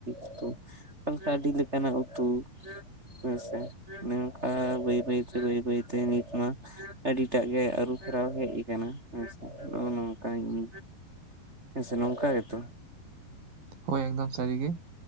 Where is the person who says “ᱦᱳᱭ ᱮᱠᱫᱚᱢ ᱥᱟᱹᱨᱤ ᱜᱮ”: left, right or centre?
Right